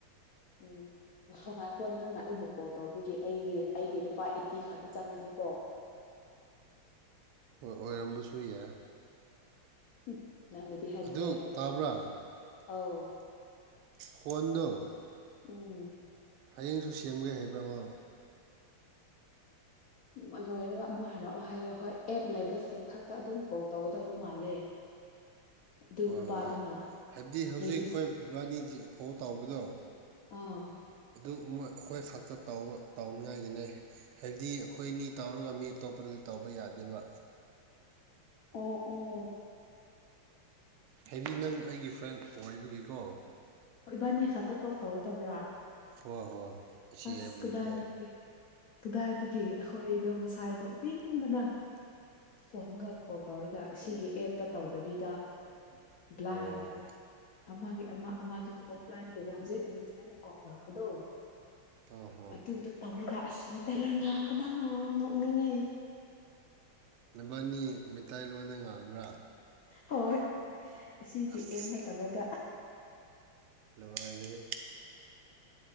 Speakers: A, on the left (about 70°); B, on the right (about 85°).
A: ꯎꯝ ꯁꯉꯥꯏꯈꯣ ꯅꯪꯅ ꯑꯩꯕꯨ ꯀꯣꯜ ꯇꯧꯕꯤꯒꯦ ꯑꯩꯒꯤ ꯑꯩꯒꯤ ꯂꯨꯄꯥ ꯑꯩꯠꯇꯤ ꯈꯇ ꯆꯪꯉꯅꯤꯀꯣ
B: ꯑꯣꯏꯔꯝꯕꯁꯨ ꯌꯥꯏ
A: ꯎꯝ ꯅꯪꯒꯤꯗꯤ ꯍꯟꯗ꯭ꯔꯦ
B: ꯑꯗꯨ
A: ꯑꯩꯒꯤꯗꯤ
B: ꯇꯥꯕ꯭ꯔꯥ
A: ꯑꯧ
B: ꯍꯣꯟꯗ
A: ꯎꯝ
B: ꯍꯌꯦꯡꯁꯨ ꯁꯦꯝꯒꯦ ꯍꯥꯏꯕ꯭ꯔꯥꯃꯣ
A: ꯎꯝ ꯂꯣꯏꯔꯒ ꯑꯃꯨꯛ ꯍꯥꯏꯔꯛꯑꯣ ꯍꯥꯏꯌꯣ ꯍꯣꯏ ꯑꯦꯞ ꯂꯩꯕꯁꯤꯡ ꯈꯛꯇ ꯑꯗꯨꯝ ꯀꯣꯜ ꯇꯧꯒꯗꯕ ꯃꯥꯜꯂꯦ ꯑꯗꯨ
B: ꯍꯣꯏ
A: ꯅꯨꯄꯥꯗꯨꯅ
B: ꯍꯣꯏ ꯍꯥꯏꯕꯗꯤ ꯍꯧꯖꯤꯛ
A: ꯔꯦꯖꯤꯁ
B: ꯑꯩꯈꯣꯏ ꯏꯕꯥꯅꯤ ꯀꯣ ꯇꯥꯎꯧꯕꯗꯣ
A: ꯑꯥ
B: ꯑꯗꯨ ꯃꯣꯏ ꯑꯩꯈꯣꯏ ꯈꯥꯛꯇ ꯇ ꯇꯧꯅꯤꯡꯉꯥꯏꯒꯤꯅꯦ ꯍꯥꯏꯕꯗꯤ ꯑꯩꯈꯣꯏꯅꯤ ꯇꯥꯎꯔꯒ ꯃꯤ ꯑꯇꯣꯞꯄꯗꯗꯤ ꯇꯥꯎꯧꯕ ꯌꯥꯗꯦꯕ
A: ꯑꯣ ꯑꯣ
B: ꯍꯦꯕꯤ ꯅꯪ ꯑꯩꯒꯤ ꯐ꯭ꯔꯦꯟ ꯑꯣꯏꯕꯒꯤꯀꯣ
A: ꯍꯣꯏ ꯏꯕꯥꯅꯤ ꯈꯛꯇ ꯇꯧ ꯇꯧꯒꯗꯕ꯭ꯔꯥ
B: ꯍꯣ ꯍꯣꯏ ꯑꯁꯤ
A: ꯑꯁ
B: ꯍꯥꯏꯕꯗꯨꯒꯤꯀꯣ
A: ꯀꯗꯥꯏꯗꯒꯤ ꯀꯗꯥꯏꯗꯒꯤ ꯑꯩꯈꯣꯏꯗꯣ ꯉꯁꯥꯏ ꯅꯣꯛꯅꯤꯡꯕꯅ ꯐꯣꯟꯒ ꯀꯣꯜ ꯇꯧꯔꯒ ꯑꯁꯤꯒꯤ ꯑꯦꯞꯇ ꯇꯧꯗꯕꯤꯗ ꯕ꯭ꯂꯥꯏꯟ
B: ꯑꯣ
A: ꯑꯃꯒꯤ ꯑꯃ ꯑꯃꯗꯨ ꯑꯣꯐꯂꯥꯏꯟ ꯇꯧꯕ ꯍꯧꯖꯤꯛ ꯃꯤꯝꯁ ꯍꯥꯏꯅ ꯀꯣꯜ ꯇꯧꯔꯛꯄꯗꯣ
B: ꯍꯣ ꯍꯣ
A: ꯑꯗꯨꯗꯣ ꯇꯧꯔꯒ ꯑꯁ ꯃꯩꯇꯩꯂꯣꯟ ꯉꯥꯡꯕꯅ ꯅꯣꯛꯅꯤꯡꯉꯦ
B: ꯅꯕꯅꯤ ꯃꯩꯇꯥꯏꯂꯣꯟꯗ ꯉꯥꯡꯕ꯭ꯔꯥ
A: ꯍꯣꯏ ꯁꯤꯒꯤ
B: ꯑꯁ
A: ꯑꯦꯝ ꯅꯠꯇꯕꯗ
B: ꯂꯣꯏꯔꯦꯍꯦ